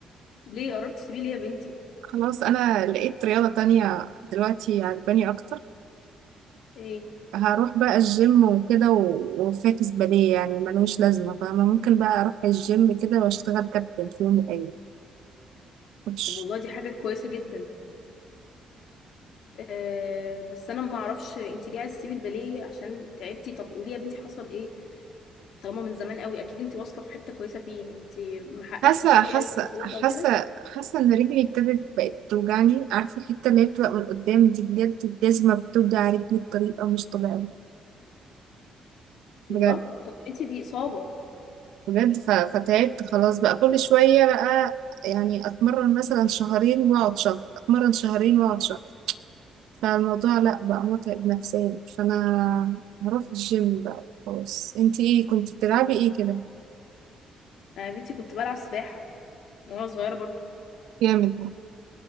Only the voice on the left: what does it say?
ليه قررت تسيبيه ليه يا بنتي
ايه
طب والله دي حاجه كويسه جدا أه بس انا ما اعرفش انتي ليه عايزه تسيبي الباليه عشان تعبتي طب قولي يا بنتي حصل ايه طالما من زمان قوي اكيد انتي واصله في حته كويسه فيه انتي ما حققتيش
فيه
اي بطولات او
كده
الله طب انتي دي اصابه
انا يا بنتي كنت بلعب سباحه من وانا صغيره برضو